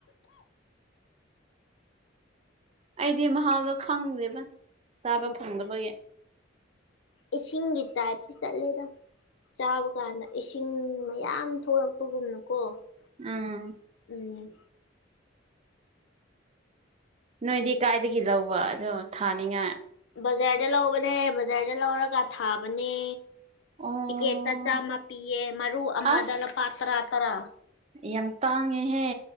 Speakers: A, on the right; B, on the left.
A: ꯑꯩꯗꯤ ꯃꯍꯥꯎꯗꯣ ꯈꯪꯗ꯭ꯦꯕ ꯆꯥꯕ
B: ꯎꯝ
A: ꯐꯪꯗꯕꯒꯤ
B: ꯏꯁꯤꯡꯒꯤ ꯇꯥꯏꯞꯇ ꯆꯠꯂꯦꯗ ꯆꯥꯕ ꯀꯥꯟꯗ ꯏꯁꯤꯡ ꯃꯌꯥꯝ ꯊꯣꯛꯂꯛꯄꯒꯨꯝꯅꯀꯣ
A: ꯑꯥ
B: ꯎꯝ
A: ꯅꯣꯏꯗꯤ ꯀꯥꯏꯗꯒꯤ ꯂꯧꯕ ꯑꯗꯣ ꯊꯥꯅꯤꯡꯉꯥꯏ
B: ꯕꯖꯥꯔꯗ ꯂꯧꯕꯅꯦ ꯕꯖꯥꯔꯗ ꯂꯧꯔꯒ ꯊꯥꯕꯅꯦ
A: ꯑꯣ
B: ꯄꯤꯀꯦꯠꯇ ꯆꯥꯝꯃ ꯄꯤꯌꯦ ꯃꯔꯨ ꯑꯃꯗ
A: ꯑꯁ
B: ꯂꯨꯄꯥ ꯇꯔꯥ ꯇꯔꯥ
A: ꯌꯥꯝ ꯇꯥꯡꯉꯦꯍꯦ